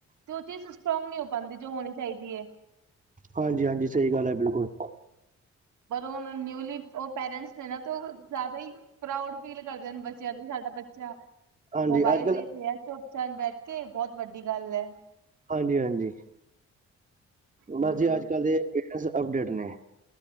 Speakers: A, on the right; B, on the right.
A: ਤੇ ਉਹ ਚੀਜ਼ ਸਟਰੋਂਗ ਨਹੀਂ ਹੋ ਪਾਂਦੀ ਜੋ ਹੋਣੀ ਚਾਹੀਦੀ ਹੈ।
B: ਹਾਂਜੀ-ਹਾਂਜੀ, ਸਹੀ ਗੱਲ ਐ ਬਿਲਕੁਲ।
A: ਪਰ ਉਹ ਨਿਊਲੀ ਉਹ ਪੈਰੈਂਟਸ ਨੇ ਨਾ ਜ਼ਿਆਦਾ ਹੀ। ਪ੍ਰਾਊਡ ਫੀਲ ਕਰਦੇ ਨੇ ਬੱਚਿਆਂ ਤੇ ਸਾਡਾ ਬੱਚਾ
B: ਹਾਂਜੀ
A: ਮੋਬਾਇਲ
B: ਅੱਜ ਕੱਲ
A: ਦੇਖ ਰਿਹਾ ਚੁ ਬੈਠ ਕੇ ਬਹੁਤ ਵੱਡੀ ਗੱਲ ਐ।
B: ਹਾਂਜੀ ਹਾਂਜੀ
A: ਬਿਲਕੁਲ
B: ਬਸ ਜੀ, ਅੱਜ ਕੱਲ ਦੇ ਪੇਰਸ ਅਪਡੇਟ ਨੇ।